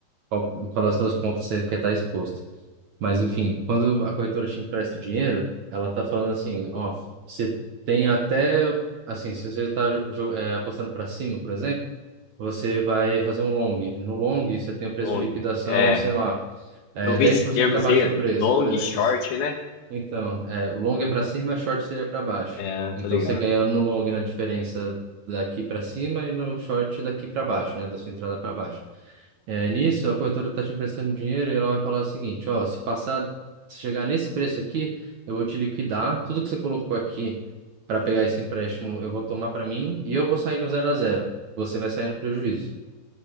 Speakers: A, on the right; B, on the left.
A: qual, qual das duas pontas você quer estar exposto. Mas, enfim, quando a corretora te empresta o dinheiro, ela tá falando assim, ó, você tem até, assim, se você tá jo- é, apostando para cima, por exemplo, você vai fazer um long. No long, você tem um
B: Long.
A: preço de liquidação,
B: É,
A: sei lá, é,
B: eu vi
A: dez
B: esse
A: por
B: termo
A: cento abaixo
B: assim,
A: do preço,
B: long,
A: por exemplo.
B: short, né?
A: Então, é, long é para cima, short seria para baixo.
B: É, tô
A: Então,
B: ligado.
A: você ganha no long na diferença daqui para cima e no short daqui para baixo, né? Da sua entrada para baixo. É, nisso, a corretora está te emprestando dinheiro e ela vai falar o seguinte: ó, se passar, se chegar nesse preço aqui, eu vou te liquidar. Tudo que você colocou aqui para pegar esse empréstimo, eu vou tomar para mim e eu vou sair no zero a zero. Você vai sair no prejuízo,